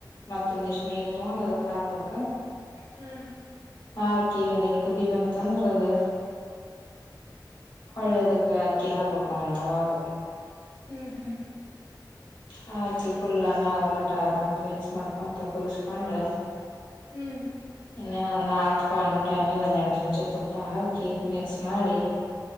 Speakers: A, on the left; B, on the right.
A: ಮತ್ತೊಂದ ಇಷ್ಟ್ ನೀರ್ ತಗೊಂಡ್ ಅದಕ್ ಹಾಕ್ಬೇಕ
B: ಹ್ಮ್
A: ಹಾಕಿ ಒಂದಿಟ್ಟ ಕುದಿ ಬಂತಂದ್ರ ಅದು ಒಳ್ಳೆದಕ್ಕೆ ಅಕ್ಕಿ ಹಾಕ್ಬೇಕ ಅವಾವಾಗ
B: ಹ್ಮ್ ಹ್ಮ್
A: ಹಾಕಿ ಫುಲ್ ಅನ್ನ ಆಗೊಮಟ ಮತ್ ಮಿಕ್ಸ್ ಮಾಡಿಕೊಂಡು ಕುದಿಸ್ಕೊಂಡು
B: ಹ್ಮ್
A: ಇನ್ನೇನ್ ಅನ್ನ ಆತಪ್ಪ ಅನ್ಮೋ ಟೈಮಿಗೆ ಒಂದ್ ಎರಡು ಚಮಚ ತುಪ್ಪ ಹಾಕಿ ಮಿಕ್ಸ್ ಮಾಡಿ